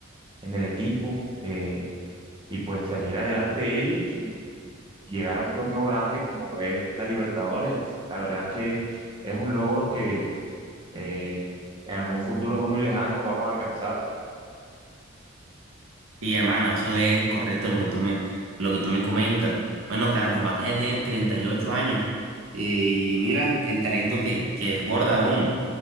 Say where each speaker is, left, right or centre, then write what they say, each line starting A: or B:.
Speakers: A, on the right (about 25°); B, on the right (about 85°).
A: en el equipo eh, y pues salir adelante ellos y, y llegar a un torneo grande como lo es la Libertadores. La verdad que es un logro que eh, en algún futuro no muy lejano vamos a alcanzar.
B: Sí, hermano, eso es correcto lo que tú me, lo que tú me comentas. Bueno, Carlos Vaca ya tiene treinta y ocho años eh, y mira el talento que, que desborda aún.